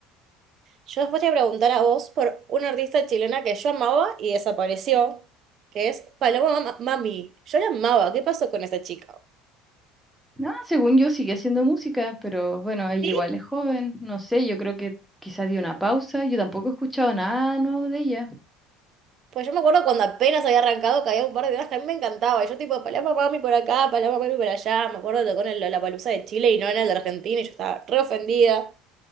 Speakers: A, on the right; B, in the centre.
A: Yo después te voy a preguntar a vos por una artista chilena que yo amaba y desapareció, que es Paloma Ma- Mami. Yo la amaba, ¿qué pasó con esa chica?
B: No, según yo sigue haciendo música, pero bueno, ella
A: Sí,
B: igual es joven, no sé, yo creo que quizás dio una pausa, yo tampoco he escuchado nada nuevo de ella.
A: Pues yo me acuerdo cuando apenas había arrancado, que había un par de temas que a mí me encantaba. Y yo tipo, Paloma Mami por acá, Paloma Mami por allá. Me acuerdo que tocó en la Lollapalooza de Chile y no en el de Argentina y yo estaba re ofendida.